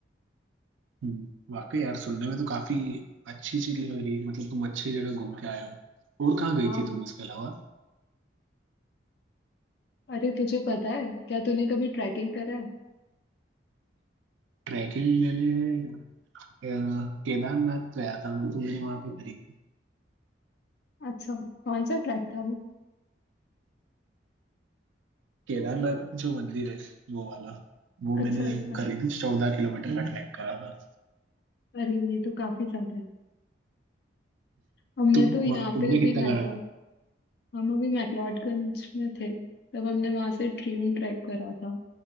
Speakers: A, on the right; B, on the left.
A: हम्म, वाकई यार सुनने में तो काफी अच्छी चीज लग रही है मतलब तुम अच्छी जगह घूम के आए हो और कहाँ गई
B: हाँ
A: थी तुम इसके अलावा
B: अरे तुझे पता है क्या तूने कभी ट्रैकिंग करा है
A: ट्रैकिंग मैंने अ, केदारनाथ गया था मतलब मैंने वहाँ पे करी
B: अच्छा कौन सा ट्रैक था वो
A: केदारनाथ जो मंदिर है वो वाला वो
B: अच्छा
A: मैंने
B: अच्छा
A: करी थी चौदह किलोमीटर का हम्म, ट्रैक करा था
B: अरे ये तो काफी ज्यादा है हमने
A: तुम
B: तो यहाँ
A: वहाँ- तुमने
B: पे
A: कितना
B: भी मैक्लोडगंज
A: करा था
B: हम अभी मैक्लोडगंज में थे तब हमने वहां से ट्रियून ट्रैक करा था